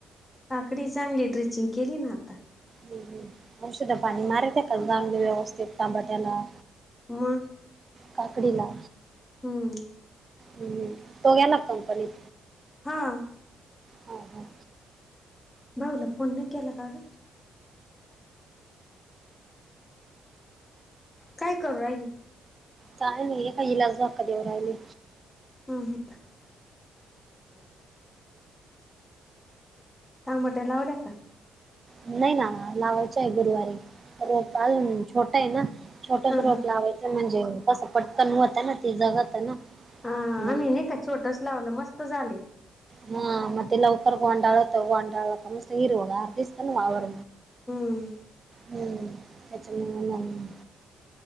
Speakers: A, on the left; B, on the right.
A: काकडी चांगली ड्रेचिंग केली, ना आता.
B: हम् हम औषध पाणी मारित का? जा <unintelligible> व्यवस्थित तांबाट्याला.
A: मग.
B: काकडी ला.
A: हम्म..
B: हम्म तो गेल्यात कंपनीत.
A: हां.
B: हा हा.
A: भाऊला फोन नाही केला का? ग काय करू राहिली?
B: काय नाही एकाईला झोका देऊ राहिली.
A: हां हां. <inaudible> तामाट लावला का?
B: नाही. ना, लावायचं आहे गुरुवारी. रोप आणून छोट आहे, ना छोटच
A: हा
B: रोप
A: हा
B: लावायचं. म्हणजे? कसं? पटकन होत ना, ते जगत आहे ना.
A: हा.
B: मग
A: आम्ही नाही का? छोटच लावलं मस्त आलंय.
B: हम. लवकर गोडाळत गोंडाळत मस्त हिरवगार दिसत ना वावर.
A: हम्म
B: हम्म. त्याच मनाला लागलं.